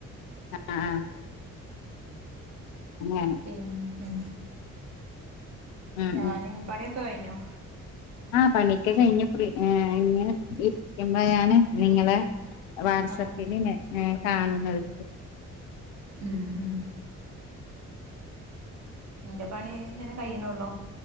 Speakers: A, on the left (about 70°); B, on the right (about 40°).
A: ആഹ് ആഹ് അങ്ങനെ
B: പിന്നെ
A: ഉം
B: ഞാൻ
A: ഉം
B: പാണിയൊക്കെ കഴിഞ്ഞോ
A: ആ പണിക്കെ കൈഞ്ഞ് ഇ ഫ്രീ ഇങ്ങനെ ഇരിക്കുമ്പോ ആണ് നിങ്ങളെ വാട്സപ്പില്
B: ആഹ്
A: കാണുന്നടു
B: ഉം ഉം നിന്റെ പണി ഇങ്ങനെ കഴിയണള്ളോ